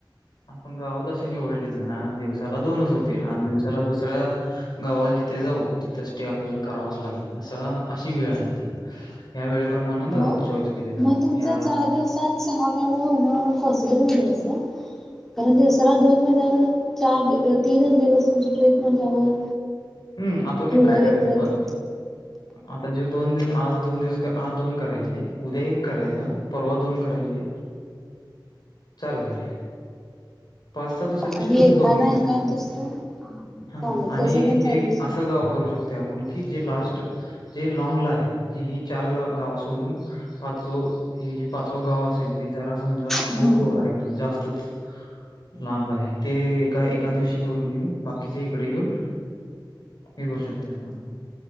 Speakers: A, on the left; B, in the centre.
A: आपणं गावांत अशी निवडलीत नां दिवसांला दोनचं होतील आणि दिवसांला दुसरां गावांला जिथे जाऊं तिथं स्टे आपल्यांला करावांच लागेल असं अशी वेळं आहे ती यां वेळेप्रमाणेच
B: मग
A: चॉईस केले जां
B: मग तुमचं
A: यां
B: चार दिवसात. सहा गाव होणं पॉसिबल नाही असं कारण दिवसाला दोन महिन्यावर चार दी - तीनच दिवस तुमची ट्रीप म्हणल्यावर
A: हम् आपुण
B: थोडं
A: काय करायचं
B: इकडं
A: मग? आता जव् दोन दिवस आज दोन दिवस आज दोन करायचे उद्या एक करायचं परवा दोन करायचे. चार झाले. पाच सहा दुसऱ्या
B: हा
A: दिवशी
B: आणि
A: दोन
B: येताना
A: करून येऊ
B: एकाद
A: शकतोय आपण.
B: दुसरं हा
A: हा
B: चालेल
A: आणि
B: तसं पण चालूच
A: एक असं गाव करू शकतय आपण की जे लास्ट जे लाँगलाय जी ही चार गाव सोडून पाचव हे जे पाचव गाव असेल ते जरा समजा
B: हम्म.
A: आउटडोअर आहे एकदम जास्त तच लांब आहे ते एका एका दिवशी करून येऊन बाकीचे इकड येऊन हे करू शकतय आपण.